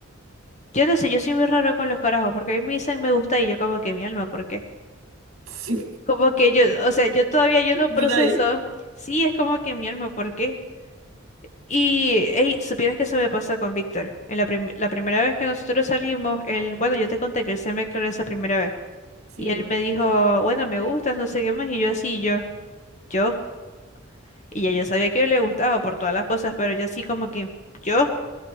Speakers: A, on the left; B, on the right.
A: yo no sé, yo soy muy raro con los carajos, porque a mí me dicen me gusta y yo como que mi alma, ¿por qué?
B: <laughs> Sí,
A: Como que yo, o sea, yo todavía yo no
B: duda
A: proceso,
B: ahí.
A: sí, es como que mi alma, ¿por qué? Y, hey, supieras que eso me pasó con Víctor. En la, prim- la primera vez que nosotros salimos, él, bueno, yo te conté que él se me declaró esa primera vez.
B: Sí.
A: Y él me dijo, bueno, me gustas, no sé qué más, y yo así, yo. yo. Y ya yo sabía que le gustaba por todas las cosas, pero yo así como que, yo,